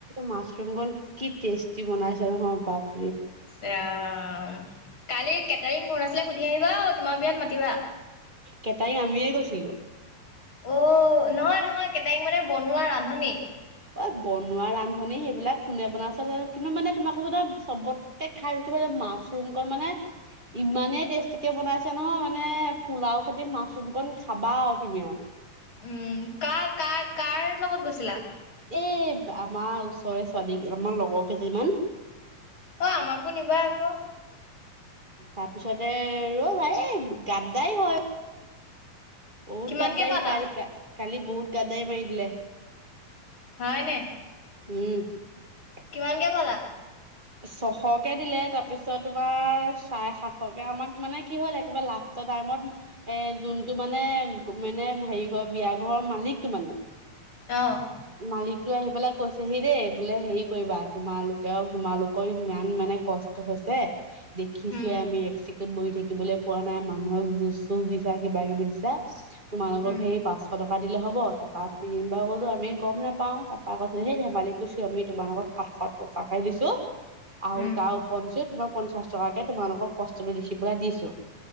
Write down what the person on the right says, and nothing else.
মাছৰুম কন কি টেষ্টি বনাইছে নহয় বাপ
কেটাৰিং আমিয়ে গৈছিলো
অ', বনোৱা ৰান্ধনী সেইবিলাক কোনে বনাইছে <unintelligible> কিন্তু মানে তোমাক কৈছোঁ নহয় চবত কে খাই বেছি ভাল লাগিছে মাছৰুম কৰ মানে ইমানেই টেষ্টিকে বনাইছে নহয় মানে পোলাও খৈতি মাছৰুম কন খাবা আও তুমি আও।
এ আমাৰ ওচৰে ছোৱালী আমাৰ লগৰ কেইজনীমান।
তাৰপিছতে, ৰ'বা এ, গাদ্দাৰি হয়। বহুত
গাদ্দাৰি,
কালি-কালি বহুত গাদ্দাৰি মাৰি দিলে।
উম, <unintelligible>
ছশকে দিলে। তাৰপিছত তোমাৰ, চাৰে সাতশকে, আমাক মানে কি হ'ল, একেবাৰে লাষ্টৰ টাইমত এ, যোনটো মানে, মানে সেৰি ঘৰ, বিয়া ঘৰৰ মালিকটো মানে।
মালিকটো আহি পেলে কৈছেহি দেই। বোলে, সেৰি কৰিবা, তোমালোকেও, তোমালোকৰ ইমান মানে, কষ্ট হৈছে, দেখিছোঁৱে
আমি, এক চিকুট বহি থাকিবলৈ পোৱা নাই, মানুহক জুঁজ-চুঁজ দিছা, কিবা-কিবি দিছা। তোমালোকক
সেই, পাঁচশ টকা দিলে হ'ব। তাৰপা, <unintelligible> ক'লো, আমি গম নেপাওঁ। তাৰপা কৈ হেই ধেমালি কৰিছোঁ, আমি তোমালোকক, সাতশ টকাকে দিছোঁ। আৰু
তাৰ ওপৰঞ্চি, তোমাক পঞ্চাছ টকাকে তোমালোকক কষ্টটো দেখি পেলাই দিছোঁ।